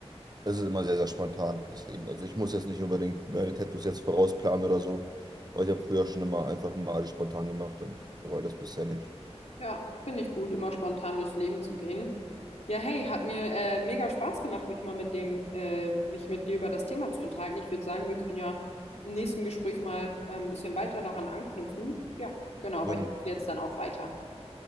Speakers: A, on the right (about 35°); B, on the left (about 80°).
A: Es ist immer sehr, sehr spontan. Deswegen, also ich muss jetzt nicht unbedingt meine Tattoos jetzt vorausplanen oder so, weil ich habe früher schon immer einfach mal alles spontan gemacht und bereue das bisher nicht.
B: Ja, finde ich gut, immer spontan durchs Leben zu gehen. Ja, hey, hat mir äh, mega Spaß gemacht, mich mal mit dem, äh, mich mit dir über das Thema zu unterhalten. Ich würde sagen, wir können ja im nächsten Gespräch mal äh, ein bisschen weiter daran anknüpfen. Ja, genau, aber
A: Gerne.
B: ich muss jetzt dann auch weiter.